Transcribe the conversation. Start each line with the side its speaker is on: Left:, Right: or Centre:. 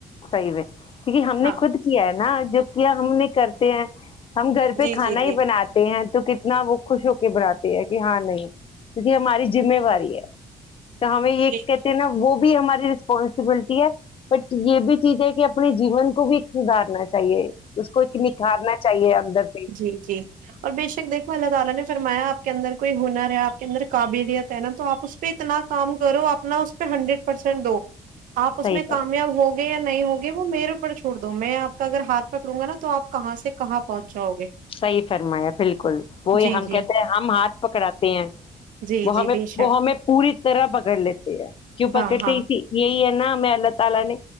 Left: صحیح ہے کیونکہ ہم نے
Right: ہاں
Left: خود کیا ہے نا جو کیا ہم نہیں کرتے ہیں ہم گھر پہ
Right: جی
Left: کھانا
Right: جی جی
Left: ہی بناتے ہیں تو کتنا وہ خوش ہو کے بناتی ہے کہ ہاں نہیں کیونکہ ہماری ذمہواری ہے تو ہمیں یہ
Right: جی جی
Left: کہتے ہیں نا وہ بھی ہماری پانسبلٹی ہے بٹ یہ بھی چیز ہے کہ اپنے جیون کو بھی ایک سدارنا چاہیے چاہیے اس کو ایک نکھارنا اندر سے
Right: جی جی اور بے شک دیکھو اللہ تعالی نے فرمایا کے اندر کوئی ہنر ہے آپ کے اندر قابلیت نا توآپ اس پہ اتنا کام کرو اپنا اس پہ ہنڈریڈ پرسینٹ دو آپ اس
Left: صحیح
Right: میں کامیاب
Left: ہے
Right: ہوگ یا نہیں ہوگے وہ میرے اوپر چھوڑ دو میں آپ اگر ہاتھ پکڑوں گا توپ کہاں سے کہاں پہنچ جاؤ گے
Left: صحیح فرمایا بالکل وہ
Right: جی
Left: ہم
Right: جی
Left: کہتے ہیں ہم ہاتھ پکڑاتے ہیں
Right: جی
Left: وہ
Right: جی
Left: ہمیں
Right: بے شک
Left: وہ ہمیں پوری طرح پکڑ لیتے ہیں کیوں
Right: ہاں
Left: پکڑتے
Right: ہاں
Left: اسی یہی ہے ہمیں اللہ تعالی نے